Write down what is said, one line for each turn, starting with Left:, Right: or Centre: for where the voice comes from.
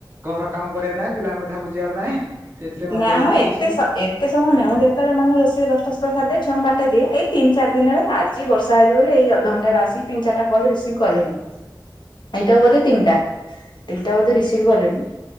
Right: ଘର କାମ କରିବାର ନାହିଁ ପିଲାଙ୍କ କଥା ବୁଝିବାର ନାହିଁ ଏଥିରେ ମାତିଆ
Left: ନା
Right: ହେଇଚି
Left: ମୁଁ ଏତେ
Right: ଇଏ ସିଏ
Left: ସ ଏ ଏତେ ସମୟ ନୁହେଁ। ମୁଁ ଯେତେବେଳେ ମାନେ ରୋଷେଇ ଦଶଟା ସୁଦ୍ଧା ସାରିଦେଇ ଛୁଆଙ୍କୁ ବାଟେଇ ଦିଏ, ଏଇ ତିନି ଚାରି ଦିନ ହେଲା ଆଜି ବର୍ଷା ହେଇଚି ବୋଲି ଏଇ ଅଧ ଘଣ୍ଟା ହେଲା ଆସିକି ତିନି ଚାରିଟା କଲ୍ ରିସିଭ୍ କଲିଣି।
Right: <inaudible>
Left: ଏଇଟାକୁ ବୋଧେ ତିନିଟା। ତିନିଟା ବୋଧ ରିସିଭ୍ କଲେଣି